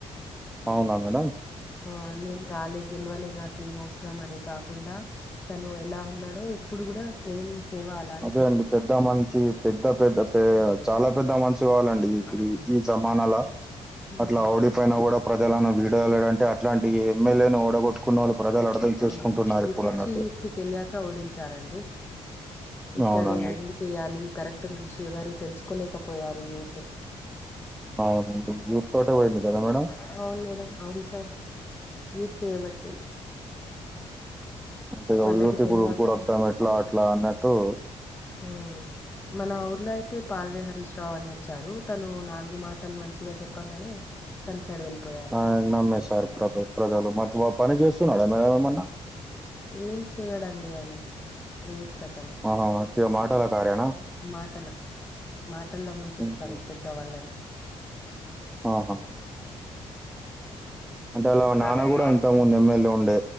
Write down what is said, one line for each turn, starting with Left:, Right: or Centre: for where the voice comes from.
Centre: అవునా మేడం?
Left: ఆ నేన్ రాలే గేల్వలె నాకేం అవ్సరం అని కాకుండా తను ఎలా ఉన్నాడో ఇప్పుడు గూడా సేమ్ సేవ అలానే
Centre: అదే
Left: చేస్తున్
Centre: అండి చెప్పిన మంచి పెద్ద పెద్ద చేయ చాలా పెద్ద మంచి వాలండి
Left: అవును.
Centre: ఈ జమానాల
Left: హ్మ్.
Centre: అట్లా ఓడిపోయిన గూడా ప్రజలను విడలేడంటే అట్లాంటి ఎ ఏం ఎల్ ఏ నీ ఓడగొట్టుకున్న వాళ్ళు ప్రజలు అర్థం చేస్కుంటున్నారు
Left: అవునండి.
Centre: ఇప్పుడు అన్నట్టు
Left: ఈ తెల్యక ఓడించారండి ఇక్కడే
Centre: అవునండి
Left: కేయాలి కరెక్ట్ మనిషి ఎవరు తెల్సుకోలేకపోయారు యూత్
Centre: అవును యూత్ తోటే వోయింది కదా మేడం
Left: అవును మేడం అవును సార్ యూత్ చేయబట్టే
Centre: అంతేగా
Left: వాళ్ళకి
Centre: యూత్ ఇప్పుడు
Left: తెలివక
Centre: గురతాం ఎట్లా అట్లా అన్నట్టు
Left: ఊ మన ఊర్లో అయితే పాల్వే హరీష్ రావు అని అచ్చారు తనూ నాల్గు మాటలు మంచిగా చెప్పంగానే తన్సైడ్ వెళ్ళిపోయారు
Centre: ఆ, నమ్మేశారు ప్ర- ప్రజలు మంచి వా- పని చేస్తున్నాడు మేడం ఏమన్నా
Left: ఏం చెయడండి అని వేస్ట్ అతను
Centre: ఆహా, ఉట్టిగా మాటల కార్యనా
Left: మాటల మాటల్లా ముంచేస్తారు
Centre: మ్మ్.
Left: పెద్దవాళ్ళని
Centre: ఆహా. అంటే అలా
Left: అవునండి
Centre: నాన్న గూడా ఇంతకు ముందు ఎమ్మెల్యే ఉండే